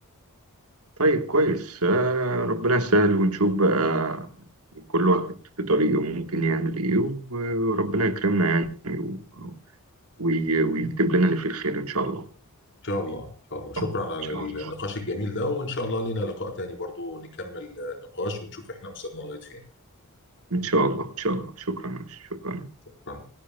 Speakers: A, on the right; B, on the left.
A: طيب كويس آه ربنا يسهل ونشوف بقى كل واحد في طريقه ممكن يعمل إيه و- وربنا يكرمنا يعني و- وي- ويكتب لنا اللي فيه الخير إن شاء الله
B: ان شاء الله ان شاء الله شكرا
A: إن
B: على
A: شاء الله
B: النقاش الجميل ده وان شاء الله لينا لقاء تاني برضو نكمل آه، نقاش ونشوف احنا وصلنا لغاية فين
A: إن شاء الله إن شاء الله شكرا شكرا
B: شكرا